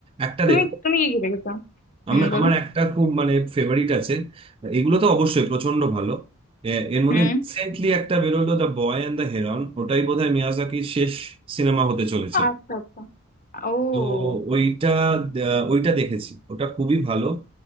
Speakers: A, on the right; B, on the left.
A: একটা
B: তুমি
A: দেখো
B: তুমি কি কি দেখেছো
A: আমি
B: হুম বলো
A: আমার একটা খুব মানে ফেভারিট আছে এগুলো তো অবশ্যই প্রচন্ড ভালো এ- এর মধ্যে
B: হুম
A: রিসেন্টলি একটা বেরোলো the boy and the heron ওটাই বোধহয় মিয়াজাকির শেষ সিনেমা হতে চলেছে
B: আচ্ছা আচ্ছা ও
A: তো ওইটা আহ, ওইটা দেখেছি ওটা খুবই ভালো